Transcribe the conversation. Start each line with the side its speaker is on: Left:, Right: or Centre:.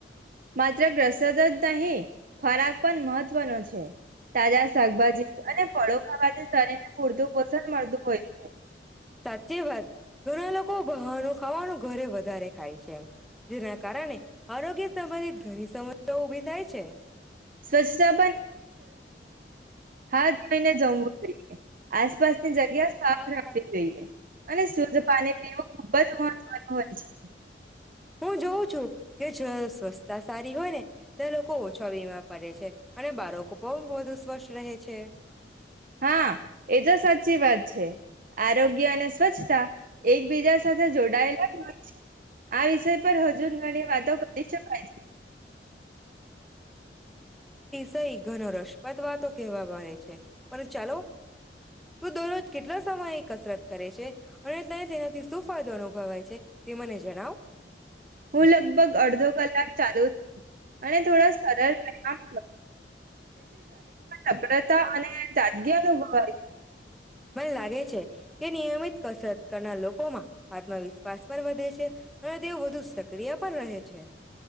Right: માત્ર <inaudible> જ નહી ખોરાક પણ મહત્વનો છે તાજા શાકભાજી અને ફળો ખાવાથી શરીરને પૂરતું પોષણ મળતું હોય છે.
Centre: સાચી વાત ઘણા લોકો બહારનું ખાવાનું ઘરે વધારે ખાય છે જેના કારણે આરોગ્ય સંબંધિત ઘણી સમસ્યાઓ ઉભી થાય છે.
Right: સ્વચ્છતા હા જોઈને જમવું જોઈએ આસપાસની જગ્યા સાફ
Centre: ખૂબ જ
Right: રાખવી જોઈએ અને શુદ્ધ પાણી પીવું ખુબ જ મહત્વનું હોય છે.
Centre: હું જોઉં છું કે જ સ્વચ્છતા સારી હોય ને તો લોકો ઓછો વીમા પડે છે અને બાળકો પણ વધુ સ્વચ્છ છે.
Right: હા એ તો સાચી વાત છે આરોગ્ય અને સ્વચ્છતા એકબીજા સાથે જોડાયેલા જ હોય છે આ વિષય પર હજુ ઘણી વાતો કરી શકાય છે.
Centre: કઈ ઘન રસ પદ વાતો અમારે છે. પણ ચાલો તું દરરોજ કેટલા સમય કસરત કરે છે અને તે તેનાથી શું ફાયદો અનુભવાય છે તે મને જણાવ
Right: હું લગભગ અડધો કલાક ચાલુ છું અને થોડા સરળ વ્યાયામ સભ્રતા અને તાજગી અનુભવાય
Centre: મને લાગે છે કે નિયમિત કસરત કરનાર લોકોમાં આત્મવિશ્વાસ પણ વધે છે અને તેઓ વધુ સક્રિય પણ રહે છે.